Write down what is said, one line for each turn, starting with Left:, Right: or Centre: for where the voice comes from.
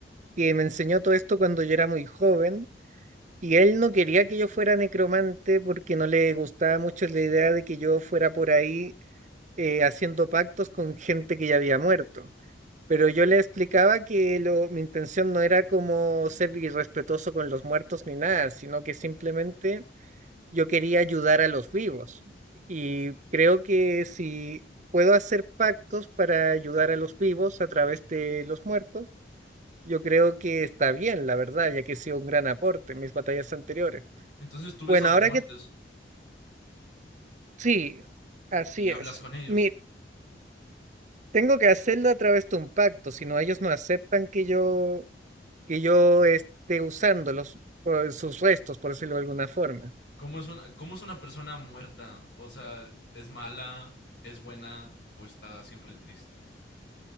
Right: que me enseñó todo esto cuando yo era muy joven y él no quería que yo fuera necromante porque no le gustaba mucho la idea de que yo fuera por ahí eh, haciendo pactos con gente que ya había muerto. Pero yo le explicaba que lo, mi intención no era como ser irrespetuoso con los muertos ni nada, sino que simplemente yo quería ayudar a los vivos y creo que si puedo hacer pactos para ayudar a los vivos a través de los muertos, yo creo que está bien, la verdad, ya que ha sido un gran aporte en mis batallas anteriores.
Left: Entonces tú ves
Right: Bueno,
Left: a los
Right: ahora
Left: muertos
Right: que sí, así
Left: y hablas
Right: es.
Left: con ellos.
Right: Mi, tengo que hacerlo a través de un pacto, si no ellos no aceptan que yo que yo esté usándolos por sus restos, por decirlo de alguna forma.
Left: ¿Cómo es una, cómo es una persona muerta? O sea, ¿es mala, es buena o está siempre triste?